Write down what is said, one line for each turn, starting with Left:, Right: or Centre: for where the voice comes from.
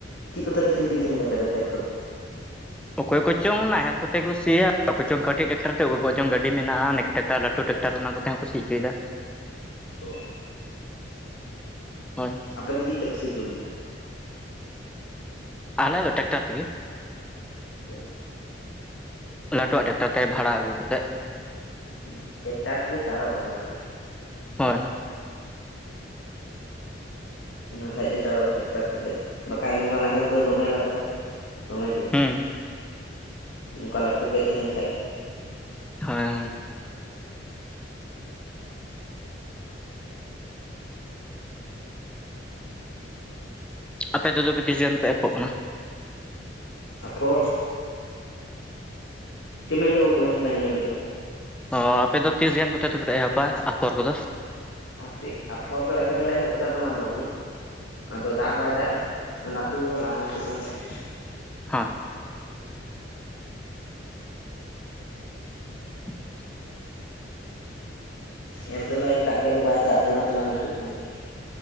Left: ᱪᱮᱫ ᱠᱚᱛᱮᱯᱮ ᱥᱤ ᱦᱚᱪᱚᱭᱮᱫ ᱛᱟᱦᱮ ᱟᱯᱮ ᱫᱚ ᱠᱷᱮᱛ ᱠᱚᱫᱚ?
Centre: ᱚᱠᱚᱭ ᱠᱚᱪᱚᱝ ᱱᱟᱦᱮᱞ ᱠᱚᱛᱮ ᱠᱚ ᱥᱤᱭᱟ ᱚᱠᱚᱭ ᱪᱚᱝ ᱠᱟᱹᱴᱤᱡ ᱴᱟᱠᱴᱟᱨ ᱛᱮ ᱚᱠᱚᱭ ᱠᱚᱪᱚᱝ ᱜᱟᱹᱰᱤ ᱢᱮᱱᱟᱜᱼᱟ ᱾ ᱴᱮᱠᱴᱟᱨ ᱞᱟᱹᱴᱩ ᱴᱮᱠᱴᱟᱨ ᱚᱱᱟ ᱠᱚᱛᱮ ᱦᱚᱸᱠᱚ ᱥᱤ ᱦᱚᱪᱚᱭᱮᱫᱟ ᱾
Left: ᱚ
Centre: ᱦᱚᱸᱭ
Left: ᱟᱯᱮ ᱫᱚ ᱪᱮᱫ ᱛᱮᱯᱮ ᱥᱤ ᱪᱚ ᱞᱮᱫᱟ?
Centre: ᱟᱞᱮ ᱫᱚ ᱴᱮᱠᱴᱟᱨ ᱛᱮᱜᱮ᱾
Left: ᱚ
Centre: ᱞᱟᱹᱴᱩᱣᱟᱜ ᱴᱟᱠᱴᱟᱨ ᱛᱮ ᱵᱷᱟᱲᱟ ᱟᱹᱜᱩ ᱠᱟᱛᱮᱫ᱾
Left: ᱦᱩᱸ ᱴᱮᱠᱴᱟᱨ ᱛᱮᱜᱮ ᱪᱟᱲᱚᱜᱼᱟ ᱚᱱᱟᱛᱮᱜᱮ ᱾
Centre: ᱦᱳᱭ
Left: ᱚᱱᱟ ᱠᱷᱟᱡ ᱫᱚ ᱪᱟᱲᱚᱜᱼᱟ ᱴᱮᱠᱴᱟᱨ ᱛᱮᱠᱷᱟᱡ ᱫᱚ ᱵᱟᱠᱷᱟᱡ ᱱᱚᱝᱠᱟ ᱱᱟᱦᱮᱞ ᱛᱮᱫᱚ ᱫᱚᱢᱮ ᱞᱟᱜᱟᱜᱼᱟ ᱾ ᱫᱚᱢᱮ ᱫᱤᱱ
Centre: ᱦᱩᱸ
Left: ᱱᱚᱝᱠᱟ ᱞᱟᱹᱴᱩ ᱠᱷᱮᱫ ᱛᱟᱦᱮᱟᱸᱱ ᱠᱷᱟᱡ ᱫᱚ᱾
Centre: ᱦᱳᱭ ᱦᱮᱸ ᱟᱯᱮ ᱫᱚ ᱛᱚᱵᱮ ᱛᱤᱥ ᱜᱟᱱ ᱯᱮ ᱮᱯᱚᱜ ᱠᱟᱱᱟ?
Left: ᱟᱯᱷᱚᱨ᱾ ᱪᱮᱜ ᱮᱢ ᱢᱮᱱ ᱠᱮᱫᱟ ᱜᱚᱢᱠᱮ ᱢᱚᱡᱽ ᱛᱮ ᱵᱟᱝᱤᱧ ᱟᱸᱡᱚᱢ ᱞᱮᱫ ᱛᱟᱢᱟ?
Centre: ᱚᱻ ᱟᱯᱮᱫᱚ ᱛᱤᱥ ᱜᱟᱱ ᱛᱮ ᱫᱚᱯᱮ ᱮᱦᱚᱵᱟ ᱟᱯᱷᱚᱨ ᱠᱚᱫᱚ?
Left: ᱟᱯᱮ ᱟᱯᱷᱚᱨ ᱫᱚ ᱮᱦᱚᱵ ᱫᱚᱞᱮ ᱮᱦᱚᱵ ᱠᱟᱫᱟ ᱫᱚᱢᱮ ᱫᱚ ᱦᱮᱸ, ᱟᱫᱚ ᱫᱟᱜ ᱵᱟᱭ ᱫᱟᱜ ᱮᱡ ᱞᱟᱹᱴᱩᱫᱚ ᱵᱟᱝ ᱞᱟᱹᱴᱩᱜ ᱠᱟᱱ ᱛᱟᱞᱮᱭᱟ᱾
Centre: ᱦᱚᱸᱭ <inaudible>
Left: ᱮᱨ ᱫᱚᱞᱮ ᱮᱨ ᱠᱟᱜ ᱜᱮᱭᱟ ᱟᱫᱚ ᱵᱟᱭ ᱫᱟᱜ ᱮᱫᱟ ᱚᱱᱟᱛᱮ ᱵᱟᱝ ᱞᱟᱹᱴᱩᱜ ᱠᱟᱱᱟ ᱾